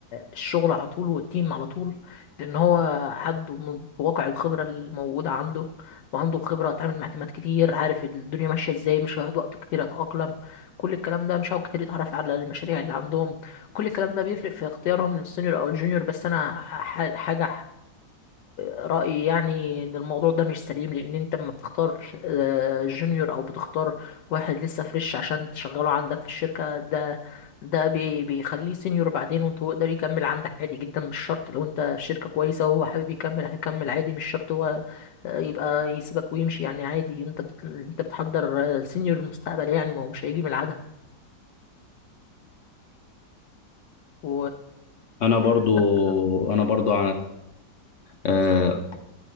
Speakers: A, on the left (about 80°); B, on the left (about 60°).
A: الشغل على طول والتيم على طول لأن هو عنده من واقع الخبرة الموجودة عنده وعنده الخبرة اتعامل مع تيمات كتير عارف الدنيا ماشية إزاي مش هيقعد وقت كتير يتأقلم كل الكلام ده مش هيقعد كتير يتعرف على المشاريع اللي عندهم كل الكلام ده بيفرق في اختيارهم للسينيور أو الجونيور بس أنا ح- حاجة رأيي يعني إن الموضوع ده مش سليم لأن أنت لما بتختار آه، جونيور أو بتختار واحد لسه فريش عشان تشغله عندك في الشركة ده ده بي- بيخليه سينيور بعدين وأنت هو يقدر يكمل عندك عادي جدا مش شرط لو أنت الشركة كويسة وهو حابب يكمل هيكمل عادي مش شرط هو آه، يبقى يسيبك ويمشي يعني عادي أنت بت... أنت بتحضر آه، سينيور المستقبل يعني ما هو مش هيجي من العدم و
B: انا برضو
A: ف-
B: انا برضو آه،